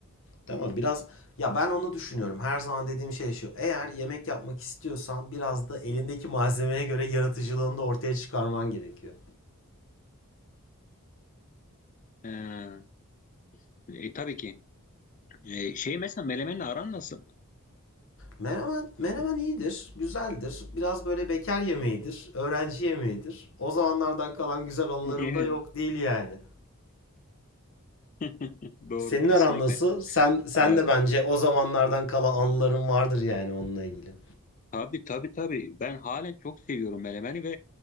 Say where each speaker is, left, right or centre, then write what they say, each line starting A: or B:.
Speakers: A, on the left; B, on the left.
A: Değil mi? Biraz ya ben onu düşünüyorum. Her zaman dediğim şey şu. Eğer yemek yapmak istiyorsan biraz da elindeki malzemeye göre yaratıcılığını da ortaya çıkarman gerekiyor.
B: E, e, tabii ki. E, şey mesela melemenle aran nasıl? <laughs>
A: Menemen, menemen iyidir, güzeldir. Biraz böyle bekar yemeğidir, öğrenci yemeğidir. O zamanlardan kalan güzel anılarım
B: Evet.
A: da yok değil yani.
B: <laughs> Doğru
A: Senin
B: kesinlikle.
A: aran nasıl? Sen sen
B: Ee,
A: de bence o zamanlardan kala anıların vardır yani onunla ilgili.
B: Tabii tabii tabii. Ben halen çok seviyorum melemeni ve